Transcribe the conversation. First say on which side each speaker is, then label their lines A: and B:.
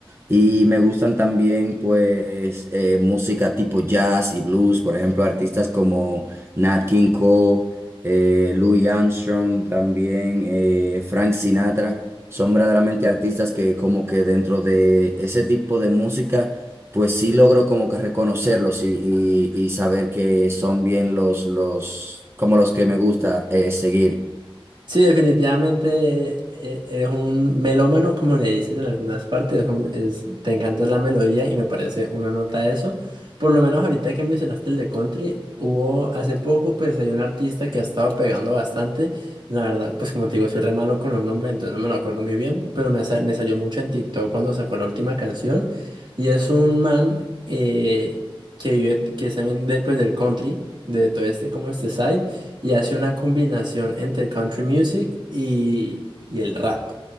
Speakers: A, on the right (about 25°); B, on the right (about 55°).
A: y me gustan también, pues, eh, música tipo jazz y blues, por ejemplo, artistas como Nat King Cole, eh, Louis Armstrong, también eh, Frank Sinatra. Son verdaderamente artistas que como que dentro de ese tipo de música, pues sí logro como que reconocerlos y, y- y saber que son bien los, los, como los que me gusta eh, seguir.
B: Sí, definitivamente eh, eres un melómano, como le dicen en algunas partes. un- es- te encanta la melodía y me parece una nota eso. Por lo menos ahorita que mencionaste el de country, hubo hace poco, pues hay un artista que ha estado pegando bastante. La verdad, pues como te digo, soy re malo con los nombres, entonces no me lo acuerdo muy bien, pero me, sa- me salió mucho en TikTok cuando sacó la última canción. Y es un man eh, que vive, que es también de, pues, del country, de todo este, como este side y hace una combinación entre country music y, y el rap